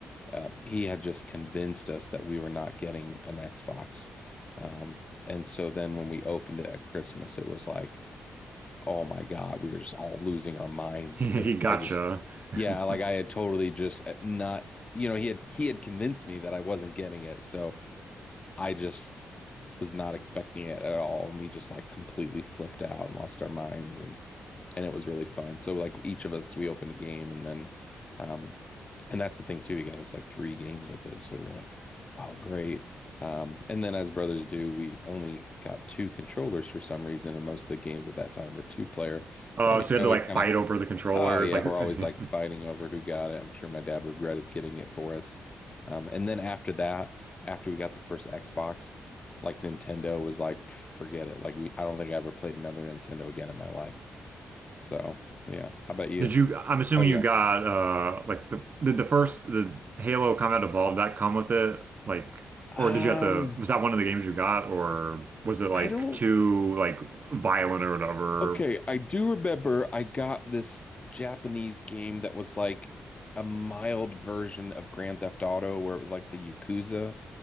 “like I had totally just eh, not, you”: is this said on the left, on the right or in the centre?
Left